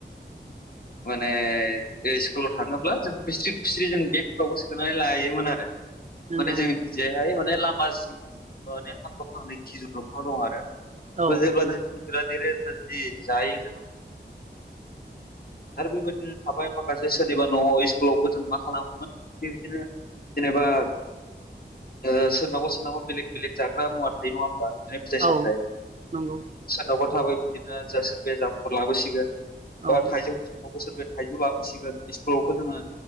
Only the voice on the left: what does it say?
माने बे स्कुलाव थाङोब्ला जों खुस्रि खुस्रि जों बेगफ्रावबो सोनानै लायोमोन आरो
माने जों जेहाय माने लामा जिं जिं ओ माने फांफा फांनै खिजिर दंफांफोर दं आरो।
जेब्ला जों खिजुरा देरो होनब्ला जि‌ जायो जों। आरो बेबायदिनो थाबाय माखासे सोरनिबा न'आव इस स्कुलावबो जों मा खालामोमोन बेबायदिनो जेनेबा ओ सोरनावबा सोरनावबा बेलेग बेलेग जाग्रा मुवा थायो नङा होमबा, बिदिनो फिथाइ सामथाइ।
सोरनावबा थाबाय बिदिनो जा सोरबाया जामफोर लाबोसिगोन
बा थाइजौ बावबो सोरबा थाइजौ लाबोसिगोन स्कुलावथ' जोङो